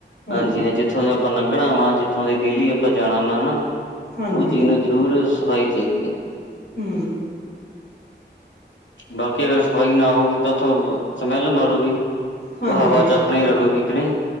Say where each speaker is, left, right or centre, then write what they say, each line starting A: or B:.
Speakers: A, on the left; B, on the left.
A: ਹੂੰ
B: ਹਾਂਜੀ ਹਾਂ ਜਿ ਥੋਂ ਦੀ ਆਪਾਂ ਨਗਣਾ ਵਾ, ਜਿੱਥੋਂ ਦੀ ਡੇਲੀ ਆਪਾਂ ਜਾਣਾ ਹੁੰਨਾ ਹਣਾ, ‌
A: ਹਾਂਜੀ
B: ਓ ਚੀਜ਼ ਨੂੰ ਜ਼ਰੂਰ ਏ ਸ਼ਫਾਈ ਚਾਈਦੀ ਐ।
A: ਹੂੰ
B: ਬਾਕੀ ਅਗਰ ਸਫਾਈ ਨਾ ਹੋਊਗੀ ਤਾਂ ਉੱਥੋਂ, ਸਮੈਲ ਮਾਰੂਗੀ।
A: ਹਾਂਜੀ
B: ਉਹ ਹਵਾ ਚ ਆਪਣੇ ਰਲੂਗੀ ਕੇ ਨਈ?